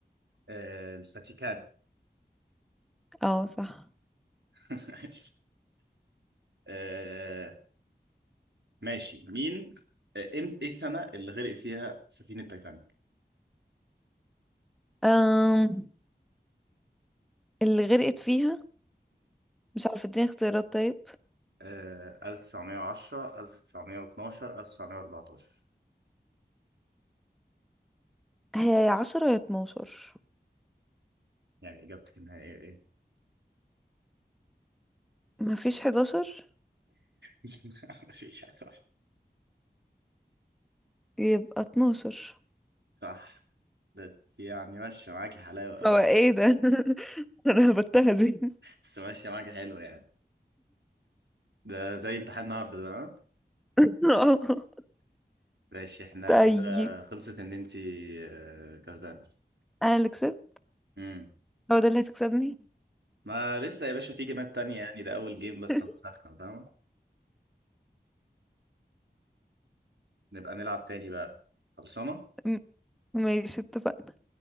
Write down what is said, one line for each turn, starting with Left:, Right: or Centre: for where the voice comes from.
Right: آه الفاتيكان
Centre: اه صح
Right: <laughs> آه ماشي مين آه إم- ايه السنة اللي غرقت فيها سفينة تايتانيك؟
Centre: أم اللي غرقت فيها مش عارفة اديني اختيارات طيب
Right: آه 1910 1912 1914
Centre: هي يا عشرة يا اتناشر
Right: يعني إجابتك النهائية إيه؟
Centre: مفيش حداشر
Right: <laughs> مفيش حاجة غلط.
Centre: يبقى اتناشر
Right: صح ده انت يعني ماشية معاكي حلاوة أوي
Centre: هو ايه
Right: دي
Centre: ده <laughs> انا هبتها دي
Right: بس ماشية معاكي حلو يعني ده زي امتحان النهاردة ده ها؟
Centre: <laughs>
Right: ماشي احنا
Centre: طيب
Right: كده خلصت إن أنت آه، كسبانة
Centre: انا اللي كسبت
Right: امم
Centre: هو ده اللي هتكسبني
Right: ما لسه يا باشا في جيمات تانية يعني ده أول جيم بس
Centre: <laughs>
Right: أنا بسخن، فاهمة؟ نبقى نلعب تاني بقى خلصانة؟
Centre: م- ماشي اتفقنا